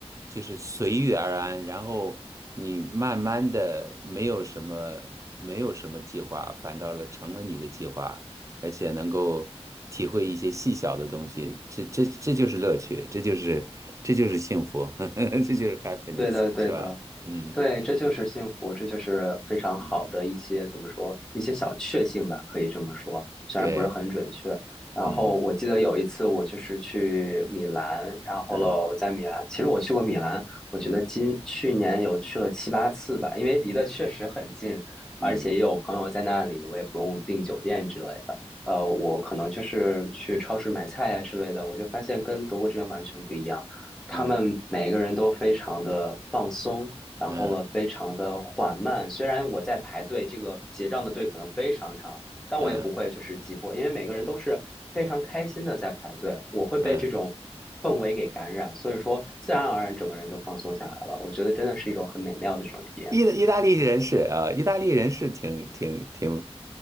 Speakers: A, on the right (about 30°); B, in the centre.
A: 就是随遇而安，然后你慢慢的没有什么没有什么计划，反倒了成了你的计划，而且能够体会一些细小的东西，这这这就是乐趣，这就是这就是幸福，<laughs> 这就是 happiness，
B: 对的，对的，
A: 是吧？嗯
B: 对，这就是幸福，这就是非常好的一些怎么说，
A: 嗯，
B: 一些小确幸吧，可以这么说，虽然不是很准确。
A: 对，
B: 然后我记得有一次我就是去米兰，
A: 嗯
B: 然后喽，
A: 嗯
B: 我在米兰，其实我去过米兰，我觉得今去年有去了七八次吧，
A: 嗯
B: 因为离得确实很近，
A: 嗯
B: 而且也有朋友在那里，我也不用订酒店之类的。呃，我可能就是去超市买菜呀、之类的，我就发现跟德国这边完全不一样。他们每个人都非常的放松，
A: 嗯
B: 然后了非常的缓慢。
A: 嗯
B: 虽然我在排队，这个结账的队可能非常长，但我也不会就是急迫，
A: 嗯。
B: 因为每个人都是非常开心的在排队。我会被这种氛围给感染，
A: 嗯，
B: 所以说自然而然整个人就放松下来了。我觉得真的是一种很美妙的这种体验。
A: 意意大利人是啊，意大利人是挺挺挺